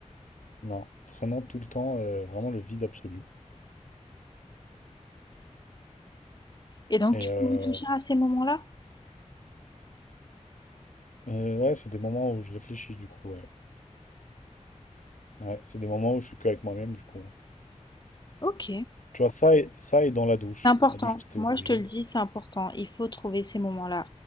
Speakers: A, on the left; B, on the left.
A: Non, vraiment tout le temps, euh, vraiment le vide absolu.
B: Et donc,
A: Et
B: tu
A: euh,
B: peux réfléchir à ces moments-là?
A: euh, ouais, c'est des moments où je réfléchis, du coup, ouais. Ouais, c'est des moments où je suis qu'avec moi-même, du coup.
B: Ok.
A: Tu vois, ça et, ça et dans la douche.
B: C'est important.
A: La douche, c'était
B: Moi,
A: obligé.
B: je te le dis, c'est important. Il faut trouver ces moments-là.